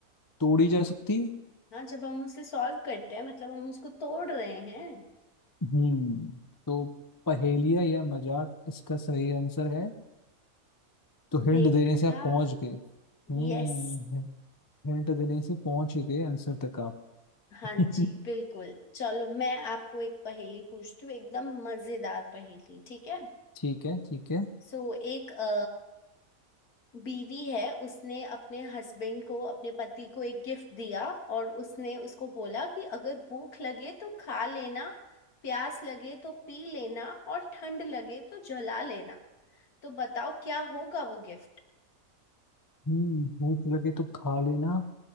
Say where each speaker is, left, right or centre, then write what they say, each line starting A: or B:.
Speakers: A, on the left; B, on the left.
A: तोड़ी जा सकती है
B: हाँ जब हम उसे सॉल्व करते हैं मतलब हम उसको तोड़ रहे हैं
A: हम्म तो पहेलिया या मजाक इसका सही आंसर है तो हिंट
B: देखा
A: देने से आप पहुंच गए हम्म
B: यस
A: हिंट देने से पहुंच ही गए आंसर तक आप
B: हाँ
A: <laughs>
B: जी बिल्कुल चलो मैं आपको एक पहेली पूछती हूँ एकदम मजेदार पहेली ठीक है
A: ठीक है ठीक है
B: सो एक अ, बीवी है उसने अपने हस्बैंड को अपने पति को एक गिफ्ट दिया और उसने उसको बोला कि अगर भूख लगे तो खा लेना प्यास लगे तो पी लेना और ठंड लगे तो जला लेना तो बताओ क्या होगा वो गिफ्ट
A: हम्म भूख लगे तो खा लेना